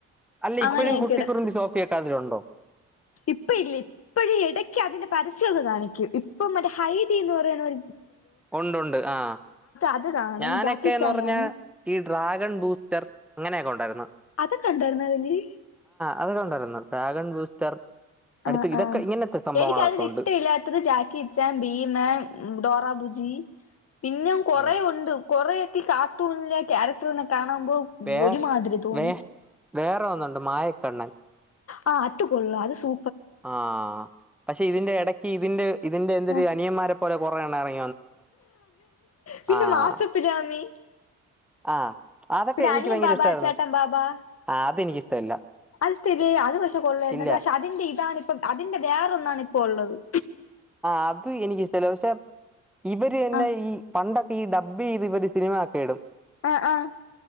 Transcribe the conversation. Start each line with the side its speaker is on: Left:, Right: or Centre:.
Centre: അല്ല
Left: അങ്ങനെയൊക്കെണ്.
Centre: ഇപ്പോഴും കുട്ടിക്കുറുമ്പി സോഫിയൊക്കെ അതിലുണ്ടോ
Left: ഇപ്പ ഇല്ല ഇപ്പഴും ഇടയ്ക്ക് അതിന്റെ പരസ്യം ഒക്കെ കാണിക്കും ഇപ്പം മറ്റേ ഹൈദി എന്ന് പറയുന്ന ഒര
Centre: ഉണ്ട് ഉണ്ട് ആഹ്
Left: അത് കാണും
Centre: ഞാനൊക്കെന്ന്
Left: ജാക്കിച്ചാൻ
Centre: പറഞ്ഞാ
Left: കാണും
Centre: ഈ ഡ്രാഗൺ ബൂസ്റ്റർ, അങ്ങനെയൊക്കെ ഉണ്ടാരുന്നു.
Left: അതൊക്കെണ്ടായിരുന്ന അതില്?
Centre: അതൊക്കെ ഉണ്ടായിരുന്നു ഡ്രാഗൺ ബൂസ്റ്റർ അടുത്ത്
Left: ആഹ്
Centre: ഇതൊക്കെ
Left: ആഹ്
Centre: ഇങ്ങനത്തെ സംഭവങ്ങളൊക്കെ
Left: എനിക്ക് അതിൽ
Centre: ഉണ്ട്
Left: ഇഷ്ടല്ലാത്തത് ജാക്കിചാൻ, ഭീമൻ, ഡോറ ബുജി ജി പിന്നെ കൊറേ
Centre: ഉം
Left: ഉണ്ട് കൊറേ ഈ കാർട്ടുണിലെ ക്യാരക്ടർനെ കാണാൻ മ്പം
Centre: വേറെ
Left: ഒരുമാതിരി തോന്നും
Centre: വേ വേറെ ഒന്നുണ്ട് മായക്കണ്ണൻ
Left: ആ അത് കൊള്ള അത് സൂ
Centre: ആ പക്ഷേ ഇതിന്റെ എടയ്ക്ക് ഇതിന്റെ ഇതിന്റെ എന്തര്
Left: ആഹ്
Centre: അനിയന്മാരെ പോലെ കൊറേ എണ്ണം എറങ്ങി-
Left: പിന്നെ
Centre: ആഹ്
Left: മാസപ്പിനാമി
Centre: ആഹ് അതൊക്കെ
Left: പിന്നെ
Centre: എനിക്ക്
Left: അനിയൻ
Centre: ഭയങ്കര
Left: ബാബ
Centre: ഇഷ്ടമായിരുന്നു
Left: ചേട്ടൻ ബാബാ
Centre: ആഹ് അതെനിക്കിഷ്ടമല്ല
Left: അത് ഇഷ്ടം ഇല്ലേ അത് പക്ഷെ കൊള്ളാര്ന്ന്
Centre: ഇല്ല
Left: ട്ടാ പക്ഷെ അതിന്റെ ഇതാണ്- അതിന്റെ വേറെ ഒന്നാണ് ഇപ്പോ ഉള്ളത്-
Centre: ആ അത് എനിക്കിഷ്ടല്ല പക്ഷെ- ഇവര് തന്നെ
Left: ആഹ്
Centre: ഈ പണ്ടത്ത്- ഈ ഡബ് ചെയ്ത് ഇവര് സിനിമ ആക്കിയിടും-
Left: ആഹ് ആഹ്